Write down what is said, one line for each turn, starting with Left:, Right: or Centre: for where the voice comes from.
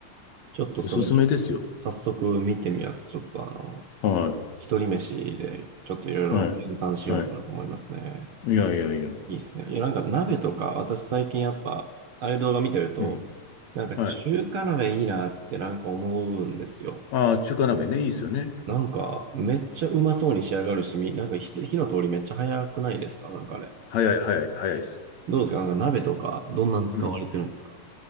Right: ちょっとそれ、
Left: おすすめですよ。
Right: 早速見てみます。ちょっとあの、
Left: は
Right: 一人飯でちょっといろいろ計算しようかなと思いますね。
Left: い。はい。はい。いやいやいや。
Right: いいですね。いや、なんか鍋とか、私最近やっぱ、ああいう動画見てると、
Left: うん。
Right: なんか中華鍋いいなってなんか思うんですよ。
Left: はい。ああ、中華鍋ね。いいですよね。
Right: なんかめっちゃうまそうに仕上がるし、みなんか火火の通りめっちゃ早くないですかなんかあれ。
Left: 早い、早い、早いです。
Right: どうですかなんか鍋とか、どんなん使われてるんですか
Left: うん。